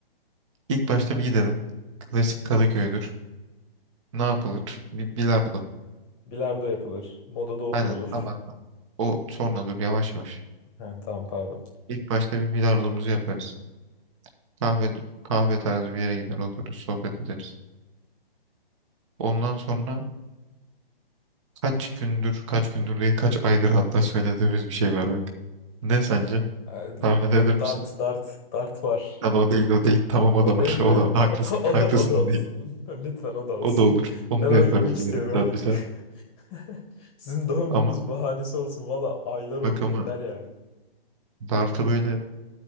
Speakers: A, on the right; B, on the left.
A: İlk başta bir gidelim. Klasik Kadıköy'dür. Ne yapılır? Bir bilardo.
B: Bilardo yapılır. Modada oturulur.
A: Aynen tabak. O sonra dur yavaş yavaş.
B: Ha, tamam pardon.
A: İlk başta bir bilardomuzu yaparız. Kahve kahve tarzı bir yere gider otururuz sohbet ederiz. Ondan sonra kaç gündür kaç gündür değil kaç aydır hatta söylediğimiz bir şey var bak. Ne sence?
B: E,
A: Tahmin edebilir
B: d-
A: misin?
B: Dart, dart, dart var.
A: Lan o değil o değil. Tamam o
B: O
A: da var.
B: değil mi?
A: O da var. Haklısın.
B: O, o
A: Haklısın
B: da o da
A: da
B: olsun.
A: değil.
B: <laughs> Lütfen o da olsun.
A: O da olur. Onu
B: Ben ona
A: da yaparız
B: gitmek istiyorum
A: bir yarım saat
B: artık.
A: bir saat.
B: <laughs> Sizin doğum
A: Ama
B: gününüz bahanesi olsun. Valla aylar oldu
A: bak ama
B: yeter ya.
A: dartı böyle